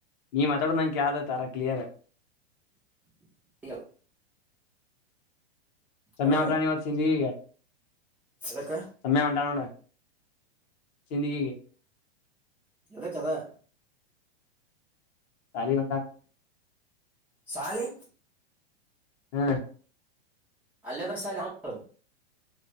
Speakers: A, on the left; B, in the centre.
A: ನೀ ಮಾತಾಡುದ್ ನಂಗ ಕ್ಯಾಲಕತ್ತ ಆರ ಕ್ಲಿಯರ್
B: ಹೋ <unintelligible>
A: ಚಮ್ಮ್ಯ
B: ಹಲೋ
A: ಹೊಂಟಾನ ಸಿಂದ್ಗೀಗೆ
B: ಎದಕ್ಕ
A: <unintelligible> ಸಮಮ್ಮಯ ಮಟಾನೋಡ ಜಿಂದಗಿಗೆ
B: ಎದ ಕದಾ
A: <unintelligible>
B: ಶಾಲಿ
A: ಹ
B: ಅಲ್ಲದ್ರಸಾಲ <unintelligible>